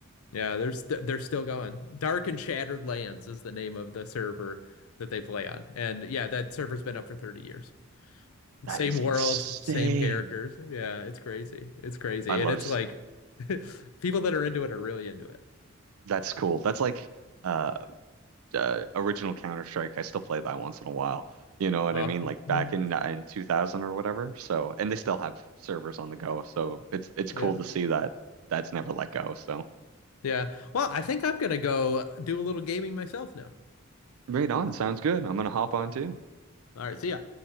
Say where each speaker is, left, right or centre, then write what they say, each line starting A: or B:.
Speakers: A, on the left; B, on the right.
A: Yeah, they're st they're still going. Dark and Shattered Lands is the name of the server that they play on. And yeah, that server's been up for 30 years.
B: That
A: Same
B: is
A: world,
B: insane.
A: same characters. Yeah, it's crazy. It's crazy.
B: I love
A: And it's
B: s-
A: like <laughs> people that are into it are really into it.
B: that's cool. That's like uh uh, original Counter Strike. I still play that once in a while. You know what
A: Oh,
B: I mean? Like
A: mm-hmm.
B: back in uh, in 2000 or whatever. So, and they still have servers on the go. So it's it's
A: Yeah.
B: cool to see that that's never let go. So,
A: Yeah. Well, I think I'm gonna go do a little gaming myself now.
B: right on. Sounds good. I'm gonna hop on too.
A: All right, see ya.